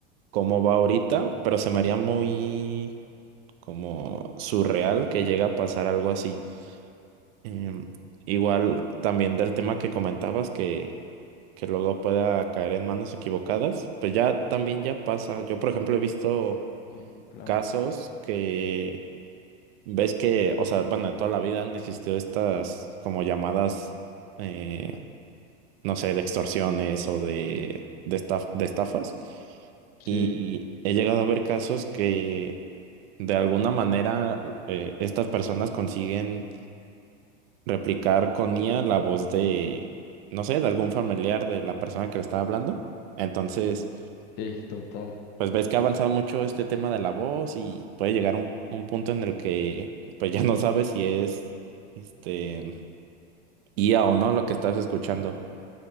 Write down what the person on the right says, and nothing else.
cómo va ahorita, pero se me haría muy como surreal que llegue a pasar algo así. Em, igual también del tema que comentabas que que luego pueda caer en manos equivocadas, pues ya también ya pasa. Yo, por ejemplo, he visto
casos que ves que, o sea, bueno, de toda la vida han existido estas como llamadas, eh, no sé, de extorsiones o de, de, estaf- de estafas.
Y he llegado a ver casos que de alguna manera eh, estas personas consiguen replicar con IA la voz de, no sé, de algún familiar de la persona que le está hablando. Entonces,
pues ves que ha avanzado mucho este tema de la voz y puede llegar un, un punto en el que pues ya no sabes si es este IA o no lo que estás escuchando.